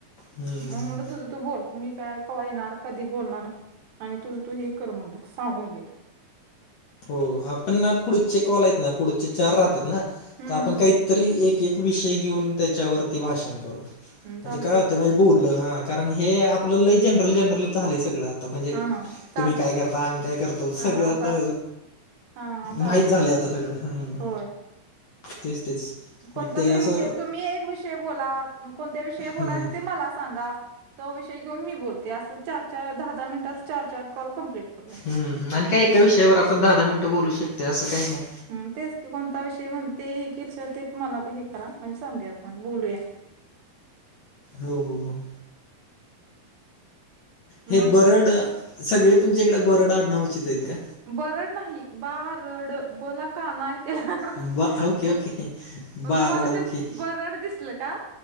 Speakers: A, on the left (about 60°); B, on the right (about 70°).
A: हम्म
B: मग म्हलं तुझं तू बोल मी काय कवा येणार कधी बोलणार? आणि तुझ तू हे कर म्हणल, सांगून घे.
A: हो आपण ना पुढचे कॉल आहेत ना पुढचे चार राहतेत ना
B: हम्म
A: तर आपण काहीतरी एक एक विषय घेऊन त्याच्यावरती भाषण करू म्हणजे
B: चालतंय
A: काय होत
B: की
A: माय. बोललं हा कारण हे आपलं लय जनरल जनरल झालंय सगळ. म्हणजे
B: हा हा चालतंय
A: तुम्ही काय करता आम्ही काय करतो
B: हा
A: सगळं
B: हा
A: आता.
B: चाल हा हा चालतंय
A: माहित झालंय आता सगळं, हम्म.
B: होय
A: तेच तेच
B: कोणता
A: मग ते
B: तरी
A: असं
B: विषय, तुम्ही एक विषय बोला कोणत्या विषय बोलायचं
A: हम्म
B: ते मला सांगा. तो विषय घेऊन मी बोलते, अस चार चार दहा दहा मिनटच चार चार कॉल कमप्लीट करूया.
A: हम् आणि काय एका विषयावर आपण दहा दहा मिनिटं बोलू शकत असं काही नाही.
B: हम तेच की कोणता विषय म्हणते हे किचार मला हे करा म्हणजे सांगू आपण बोलूया.
A: हो हो हो.
B: मग
A: हे बरड, सगळे तुमच्याकडे बरड आडनावाचे आहेत का?
B: बरड नाही बारड ब ला काना हे. त्याला
A: बा ओके ओके बारड
B: तुम्हाला
A: ओके
B: ते बरड दिसल का?